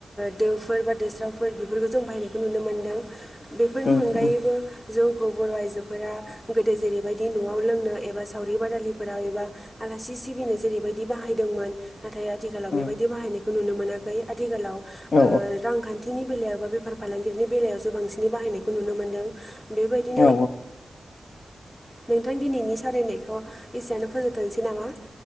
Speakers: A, on the left; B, on the left.
A: दोफोर बा दोस्रावफोर बेफोर बे जों बायनायखौ नुनो मोन्दों बेफोरनि
B: उम
A: अनगायैबो
B: उम
A: जौ खौ बर' आइजोफोरा गोदो जेरैबायदि न'आव लोंनो एबा सावरि बादालिफोराव एबा आलासि सिबिनो जेरैबायदि बाहायदोंमोन नाथाय आथिखालाव
B: उम
A: बेबायदि बाहायनायखौ नुनो मोनाखै आथिखालाव
B: औ
A: रांखान्थि नि बेलायावबो बेफार फालांगिनि बेलायाव बांसिन बायनायखौनो मोनदों बे बिदिनो
B: औ
A: नोंथां दिनैनि सावरायनायखौ एसेयावनो फोजोबथ'सै नामा